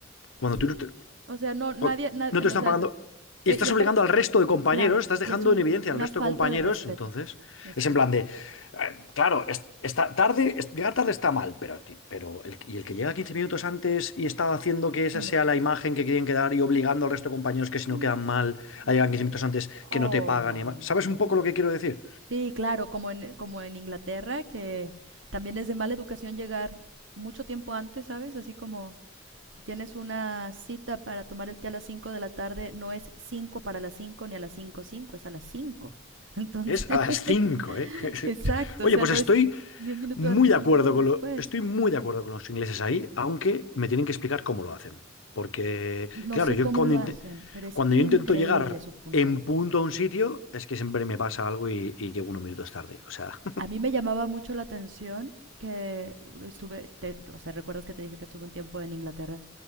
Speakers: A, on the left; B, on the right.
A: cuando
B: sí,
A: tú no te,
B: o sea, no,
A: cuan-
B: nadie, na-
A: no te
B: no,
A: están
B: o sea,
A: pagando
B: lo- eh,
A: y estás
B: y aparte,
A: obligando al resto de compañeros,
B: claro,
A: estás dejando
B: y es un,
A: en evidencia
B: una
A: al resto
B: falta
A: de compañeros,
B: de respeto,
A: entonces
B: es
A: es
B: una,
A: en plan de, eh, claro, es- está tarde, es- llegar tarde está mal, pero, ti- pero el, y el que llega 15 minutos antes y está haciendo que esa
B: oh, no,
A: sea la imagen que quieren quedar y obligando al resto de compañeros que si
B: Mm,
A: no quedan mal a llegar
B: no,
A: 15 minutos antes,
B: oh,
A: que no te pagan
B: no,
A: y demás. ¿Sabes
B: sí,
A: un poco lo que quiero decir?
B: sí, claro, como en, como en Inglaterra, que también es de mala educación llegar mucho tiempo antes, ¿sabes? Así como... Si tienes una cita para tomar el té a las cinco de la tarde, no es 5 para las 5 ni a las 5 cinco es a las 5. Entonces,
A: Es a las
B: <laughs>
A: 5, ¿eh? <laughs>
B: exacto,
A: Oye,
B: o sea,
A: pues
B: no
A: estoy
B: es 10 minutos
A: Muy
B: antes,
A: de
B: 10
A: acuerdo
B: minutos
A: con
B: después.
A: lo, estoy muy de acuerdo con los ingleses ahí, aunque me tienen que explicar cómo lo hacen. Porque,
B: No
A: claro,
B: sé
A: yo
B: cómo
A: cuando,
B: lo
A: inte-
B: hacen, pero es
A: cuando
B: increíble
A: yo intento llegar
B: su puntualidad.
A: en punto a un sitio, es que siempre me pasa algo y, y llego unos minutos tarde. O sea,
B: A mí me llamaba mucho la atención que estuve, te- o sea, recuerdas que te dije que estuve un tiempo en Inglaterra